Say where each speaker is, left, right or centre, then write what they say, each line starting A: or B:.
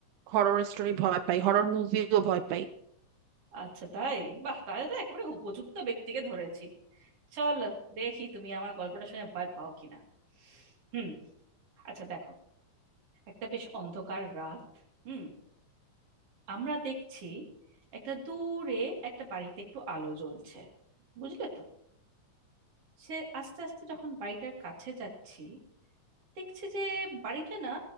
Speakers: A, on the right; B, on the right.
A: হরর স্টোরি ভয় পাই হরর মুভিও ভয় পাই
B: আচ্ছা তাই বাহ তাহলে তো একেবারে উপযুক্ত ব্যক্তিকে ধরেছি চলো দেখি তুমি আমার গল্পটা শুনে ভয় পাও কিনা হুম আচ্ছা দেখো একটা বেশ অন্ধকার রাত হুম আমরা দেখছি একটা দূরে একটা বাড়িতে একটু আলো জ্বলছে বুঝলে তো সে আস্তে আস্তে যখন বাড়িটার কাছে যাচ্ছি দেখছি যে বাড়িটা না